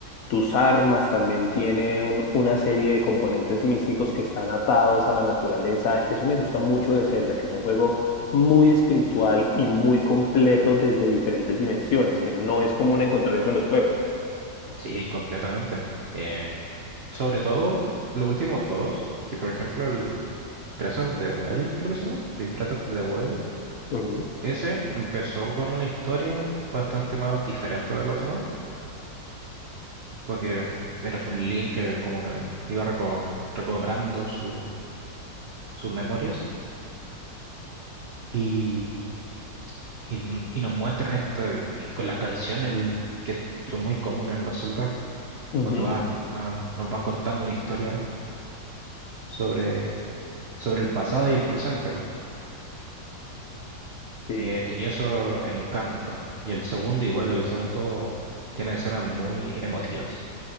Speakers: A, on the left; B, on the right.
A: tus armas, también tiene un- una serie de componentes místicos que están atados a la naturaleza. Eso me gusta mucho de Zelda, que es un juego muy espiritual y muy completo desde diferentes dimensiones, que no es común encontrar eso en los juegos.
B: sí, completamente. Eh, sobre todo los últimos dos, que por ejemplo el Breath of the Wild, creo que se llama. Sí, Breath of the Wild.
A: Ujú,
B: Ese empezó con una historia bastante más diferente de los demás, porque era un Link que como que iba reco- recobrando su- sus memorias. y Y, y nos muestran esto, y con las canciones el- que son muy comunes en los celtas,
A: Ujú,
B: cuando va, a- nos van contando una historia sobre, sobre el pasado y el presente.
A: Sí.
B: Y, e- y eso encanta. Y el segundo igual, el segundo tiene escenas muy emotivas.